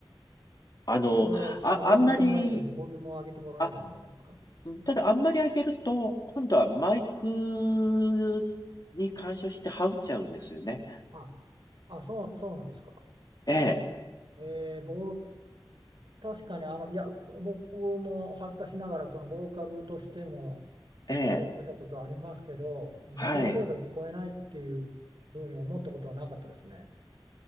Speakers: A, on the left (about 50°); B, on the right (about 65°).
A: あの、
B: それはあの上げてもらえばいい、
A: あ、あんまり、
B: ボリュームを上げてもらえばいいんじゃないですか。
A: あ、ただあんまり上げると、今度はマイクに干渉してはっちゃうんですよね。
B: あ、あ、そう、そうなんですか。
A: ええ、
B: えー、僕、確かにあの、いや、僕も恥ずかしながら、そのボーカルとしても
A: ええ、
B: 出たことはありますけど、自分の声が聞こえないっていうふうに思ったことはなかったですね。
A: はい。